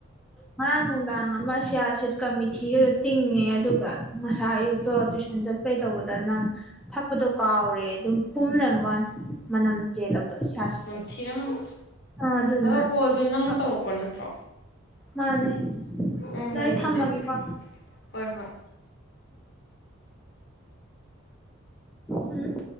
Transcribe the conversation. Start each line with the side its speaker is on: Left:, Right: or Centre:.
Centre: ꯉꯔꯥꯡ ꯅꯨꯡꯗꯥꯡ ꯑꯃ ꯁꯤꯌꯥ ꯁꯤꯠꯀ ꯃꯤꯊꯤꯒꯗꯣ ꯇꯤꯡꯉꯦ ꯑꯗꯨꯒ ꯉꯁꯥ ꯑꯌꯨꯛꯇꯣ ꯇꯨꯏꯁꯟ ꯆꯠꯄꯩ ꯇꯧꯕꯗ ꯅꯪ ꯊꯛꯄꯗꯣ ꯀꯥꯎꯔꯦ ꯑꯗꯨꯝ ꯄꯨꯝ ꯂꯩꯔꯝꯕꯩ ꯋꯥꯅꯤ ꯃꯅꯝ ꯆꯦꯜꯂꯕꯗꯣ ꯁꯥꯌꯁꯤꯠꯗꯣ
Left: ꯅꯝꯊꯤꯔꯝꯃꯅꯤ
Centre: ꯑꯥ ꯑꯗꯨꯗꯨꯅ
Left: ꯑꯗꯣ ꯀꯣꯜꯁꯦ ꯅꯪꯅ
Centre: ꯊꯛꯄ
Left: ꯇꯧꯔꯛꯄ ꯅꯠꯇ꯭ꯔꯣ
Centre: ꯃꯥꯅꯦ
Left: ꯎꯝ
Centre: ꯑꯗꯣ ꯑꯩ
Left: ꯑꯗꯨꯗꯤ
Centre: ꯊꯝꯃꯒꯦꯀꯣ
Left: ꯍꯣꯏ ꯍꯣꯏ
Centre: ꯍꯨꯝ